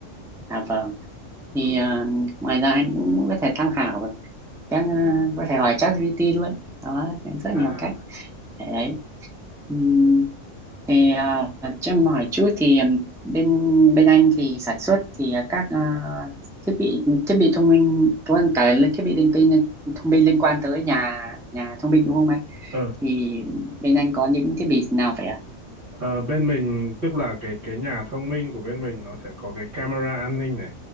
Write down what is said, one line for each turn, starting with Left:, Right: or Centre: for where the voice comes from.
Centre: à vâng thì
Right: ừ.
Centre: ờ, ngoài ra anh cũng có thể tham khảo vào các ờ, có thể hỏi ChatGPT luôn đó cái rất
Right: à
Centre: nhiều cách để đấy Ừm, thì ờ, cho em hỏi chút thì ừm, bên bên anh thì sản xuất thì ờ, các ờ, thiết bị thiết bị thông minh có cả li- thiết bị linh tinh thông minh liên quan tới nhà nhà thông minh đúng không anh
Right: ờ
Centre: thì bên anh có những thiết bị nào vậy ạ
Right: Ờ, bên mình tức là cái cái nhà thông minh của bên mình nó sẽ có cái camera an ninh này,